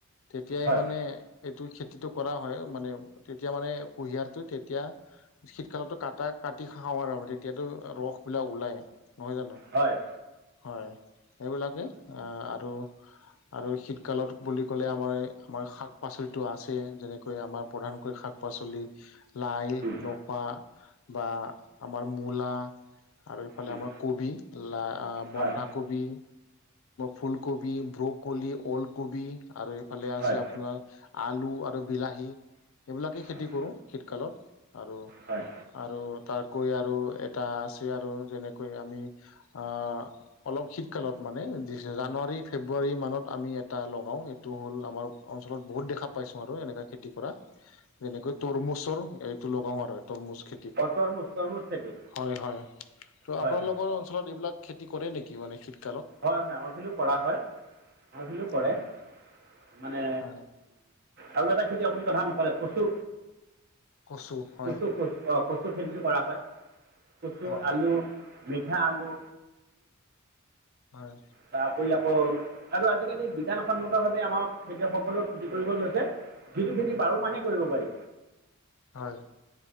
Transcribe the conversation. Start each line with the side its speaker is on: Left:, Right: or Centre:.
Left: তেতিয়াই
Right: হয়
Left: মানে এইটো খেতিটো কৰা হয় মানে তেতিয়া মানে কুঁহিয়াৰটো তেতিয়া শীতকালতো কাটা কাটি খাওঁ আৰু তেতিয়াতো ৰস বিলাক ওলাই নহয় জানো।
Right: হয়।
Left: হয়, এইবিলাকেই অঁ আৰু আৰু শীতকালত বুলি ক'লে আমাৰ আমাৰ শাক পাচলিটো আছে যেনেকৈ আমাৰ প্ৰধানকৈ শাক পাচলি লাই
Right: উম,
Left: লফা বা আমাৰ মূলা আৰু এইফালে
Right: উম,
Left: আমাৰ কবি লাই অঁ বন্ধাকবি
Right: হয়
Left: ফুলকবি ব্ৰকবি ঔল কবি আৰু এইফালে আছে
Right: হয়
Left: আপোনাৰ আলু আৰু বিলাহী এইবিলাকেই খেতি
Right: হয়
Left: কৰো শীতকালত আৰু
Right: হয়
Left: আৰু তাতকৈ আৰু এটা আছে আৰু যেনেকৈ আমি আঁ অলপ শীতকালত মানে জানুৱাৰী ফেব্ৰুৱাৰী মানত আমি এটা লগাওঁ। টো হ'ল আমাৰ অঞ্চলত বহুত দেখা পাইছোঁ আৰু এনেকে খেতি কৰা। যেনেকৈ তৰমুজৰ এইটো লগাও আৰু তৰমুজ খে
Right: তৰমুজ তৰমুজ খেতি
Left: হয় হয়, ত'
Right: হয়
Left: আপোনালোকৰ
Right: হয়
Left: অঞ্চলত এইবিলাক খেতি কৰে নেকি মানে শিত
Right: হয় হয়, অৰ্ভিলো কৰা হয় অৰ্ভিলো কৰে।
Left: হয়
Right: মানে
Left: হয়
Right: আৰু এটা। য আপুনি কথা নকলে, কচু
Left: কচু হয়
Right: কচু কচু অ কচু। কচু খেতিটো কৰা হয়, কচু
Left: হয়
Right: আলু মিঠা আলু।
Left: হয়।
Right: তাৰপৰি আকৌ আৰু আজিকালি বিজানসন্মত ভাৱে আমাক খেতিয়কসকলো খেতি কৰিব লৈছে। যিটো খেতি বাৰ মাহে কৰিব পাৰি।
Left: হয়।